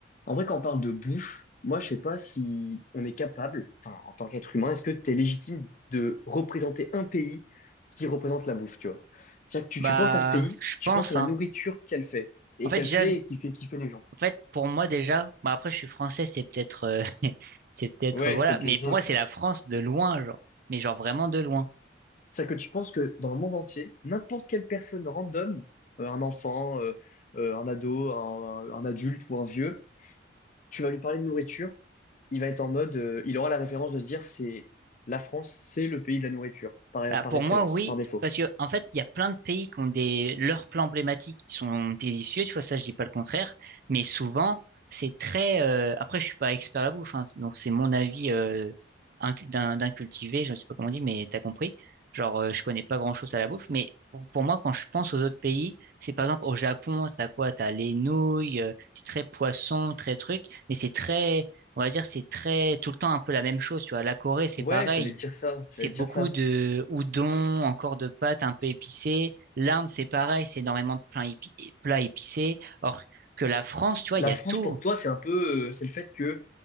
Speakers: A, on the left; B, on the right.
A: En vrai, quand on parle de bouffe, moi, je sais pas si on est capable, enfin, en tant qu'être humain, est-ce que tu es légitime de représenter un pays qui représente la bouffe, tu vois? C'est-à-dire que tu,
B: Bah,
A: tu penses à ce pays,
B: je
A: tu
B: pense,
A: penses à
B: hein.
A: la nourriture qu'elle fait, et
B: En fait,
A: qu'elle
B: déjà,
A: fait et qui fait kiffer les gens.
B: en fait, pour moi, déjà, bah après, je suis français, c'est peut-être, euh, <laughs> c'est peut-être,
A: Ouais,
B: euh, voilà.
A: c'est peut-être biaisé,
B: Mais pour
A: ouais.
B: moi, c'est la France de loin, genre. Mais genre vraiment de loin.
A: C'est-à-dire que tu penses que dans le monde entier, n'importe quelle personne random, euh, un enfant, euh, euh, un ado, un, un adulte ou un vieux, tu vas lui parler de nourriture, il va être en mode, euh, il aura la référence de se dire, c'est la France, c'est le pays de la nourriture, par,
B: Bah,
A: par
B: pour
A: excellence,
B: moi, oui,
A: par défaut.
B: parce que en fait, il y a plein de pays qui ont des leurs plats emblématiques qui sont délicieux, tu vois, ça je dis pas le contraire, mais souvent c'est très. euh, Après, je suis pas expert à la bouffe, hein, donc c'est mon avis euh, incu- d'un d'un cultivé, je ne sais pas comment on dit, mais t'as compris. Genre, euh, je connais pas grand-chose à la bouffe, mais pour, pour moi, quand je pense aux autres pays, c'est par exemple au Japon, t'as quoi? T'as les nouilles, euh, c'est très poisson, très truc, mais c'est très, on va dire, c'est très tout le temps un peu la même chose, tu vois. La Corée, c'est
A: Ouais,
B: pareil,
A: j'allais te dire ça, j'allais
B: c'est beaucoup
A: te dire ça.
B: de udon, encore de pâtes un peu épicées. L'Inde, c'est pareil, c'est énormément de plats épi- plats épicés. Or que la France, tu vois,
A: La
B: il y a
A: France,
B: tout.
A: pour toi, c'est un peu, euh, c'est le fait que